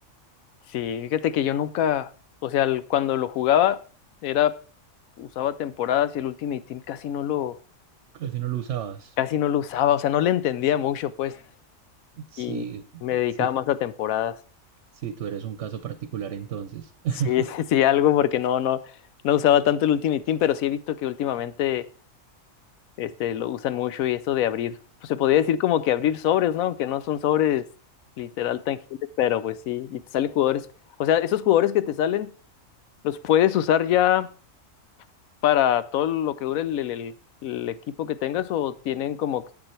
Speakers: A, on the left; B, on the right.
A: Sí, fíjate que yo nunca, o sea, el- cuando lo jugaba era usaba temporadas y el Ultimate Team casi no lo
B: Casi no lo usabas.
A: casi no lo usaba, o sea, no le entendía mucho, pues,
B: Sí,
A: y me dedicaba
B: sí,
A: más a temporadas.
B: sí, tú eres un caso particular entonces. <laughs>
A: Sí, <laughs> sí, sí, algo porque no no no usaba tanto el Ultimate Team, pero sí he visto que últimamente este lo usan mucho y eso de abrir, pues se podría decir como que abrir sobres, ¿no? Aunque no son sobres literal tangibles, pero pues sí, y te salen jugadores, o sea, esos jugadores que te salen los puedes usar ya para todo lo que dure el, el- el- el equipo que tengas o tienen como,